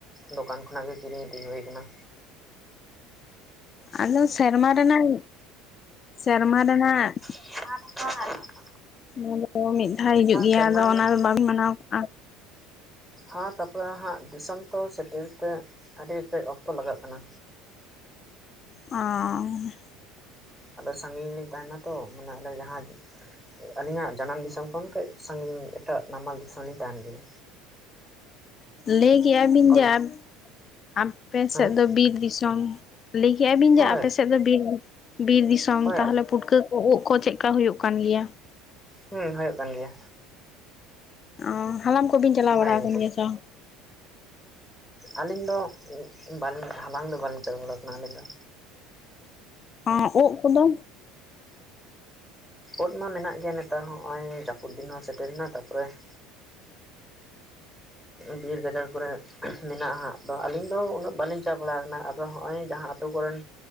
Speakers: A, in the centre; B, on the left.
A: ᱫᱚᱠᱟᱱ ᱠᱷᱚᱱᱟᱜ ᱜᱮ ᱠᱤᱨᱤᱧ ᱤᱫᱤ ᱦᱳᱭ ᱠᱟᱱᱟ᱾
B: ᱟᱫᱚ ᱥᱮᱨᱢᱟ ᱨᱮᱱᱟᱝ ᱥᱮᱨᱢᱟ ᱨᱮᱱᱟᱜ
A: <unintelligible>
B: ᱱᱟᱣᱟ ᱫᱚ ᱢᱤᱫ ᱫᱷᱟᱣ ᱦᱤᱡᱩᱜ ᱜᱮᱭᱟ
A: ᱥᱮᱨᱢᱟ
B: ᱟᱫᱚ
A: ᱨᱮᱱᱟᱜ
B: ᱚᱱᱟ ᱫᱚ ᱵᱟᱝ ᱢᱟᱱᱟᱣ ᱠᱟᱜᱼᱟ
A: ᱦᱟᱸ ᱛᱟᱯᱚᱨᱮ ᱦᱟᱸᱜ ᱫᱤᱥᱚᱢ ᱛᱚ ᱥᱮᱴᱮᱨ ᱛᱮ ᱟᱰᱤ ᱛᱮᱡ ᱚᱠᱛᱚ ᱞᱟᱜᱟᱜ ᱠᱟᱱᱟ᱾
B: ᱟᱸ
A: ᱟᱫᱚ ᱥᱟᱺᱜᱤᱧ ᱨᱮᱤᱧ ᱛᱟᱦᱮᱱᱟ ᱛᱚ ᱢᱟᱱᱮ ᱚᱞᱮ ᱡᱟᱦᱟᱸ ᱟᱞᱤᱧᱟᱜ ᱡᱟᱱᱟᱢ ᱫᱤᱥᱚᱢ ᱠᱷᱚᱱ ᱠᱟᱹᱡ ᱥᱟᱺᱜᱤᱧ ᱮᱴᱟᱜ ᱱᱟᱢᱟᱞ ᱫᱤᱥᱚᱢ ᱞᱤᱧ ᱛᱟᱦᱮᱱ ᱜᱮᱭᱟ᱾
B: ᱞᱟᱹᱭ ᱠᱮᱜᱼᱟᱵᱤᱱ
A: ᱚᱞ
B: ᱡᱮ ᱟᱯ ᱟᱯᱮ
A: ᱦᱮᱸ
B: ᱥᱮᱫ ᱫᱚ ᱵᱤᱨ ᱫᱤᱥᱚᱢ ᱞᱟᱹᱭ ᱠᱮᱜᱼᱟ ᱵᱤᱱ
A: ᱦᱳᱭ
B: ᱡᱮ ᱟᱯᱮ ᱥᱮᱫ ᱫᱚ ᱵᱤᱨ ᱵᱤᱨ ᱫᱤᱥᱚᱢ
A: ᱦᱳᱭ
B: ᱛᱟᱦᱮᱞᱮᱼᱼ ᱯᱩᱴᱠᱟᱹ ᱠᱚ ᱳᱜ ᱠᱚ ᱪᱮᱜ ᱠᱟ ᱦᱳᱭᱳᱜ ᱠᱟᱱ ᱜᱮᱭᱟ?
A: ᱦᱩᱸ ᱦᱳᱭᱳᱜ ᱠᱟᱱ ᱜᱮᱭᱟ᱾
B: ᱚ ᱦᱟᱞᱟᱢ ᱠᱚᱵᱤᱱ ᱪᱟᱞᱟᱣ
A: ᱵᱷᱟᱜᱮ
B: ᱵᱟᱲᱟ ᱠᱟᱱ ᱜᱮᱭᱟ ᱥᱮ ᱵᱟᱝ?
A: ᱟᱞᱤᱧ ᱫᱚ ᱵᱟᱞ ᱦᱟᱞᱟᱝ ᱫᱚ ᱵᱟᱞᱤᱧ ᱪᱟᱞᱟ ᱵᱟᱲᱟ ᱠᱟᱱᱟ ᱟᱞᱤᱧ ᱫᱚ
B: ᱚᱸ ᱳᱜ ᱠᱚᱫᱚ
A: ᱳᱫ ᱢᱟ ᱢᱮᱱᱟᱜ ᱜᱮᱭᱟ ᱱᱮᱛᱟᱨ ᱦᱚᱸ ᱱᱚᱜ ᱚᱭ ᱡᱟᱯᱩᱫ ᱫᱤᱱ ᱦᱚᱸ ᱥᱮᱴᱮᱨ ᱮᱱᱟ ᱛᱟᱯᱚᱨᱮ ᱼᱼ ᱵᱤᱨ ᱜᱟᱡᱟᱲ ᱠᱚᱨᱮ ᱢᱮᱱᱟᱜᱼᱟ ᱦᱟᱸᱜ ᱛᱚ ᱟᱞᱤᱧ ᱫᱚ ᱩᱱᱟᱹᱜ ᱵᱟᱞᱤᱧ ᱪᱟ ᱵᱟᱲᱟ ᱠᱟᱱᱟ ᱟᱫᱚ ᱦᱚᱸᱜᱼᱚᱭ ᱡᱟᱦᱟᱸ ᱼᱼ ᱟᱛᱳ ᱠᱚᱨᱮᱱ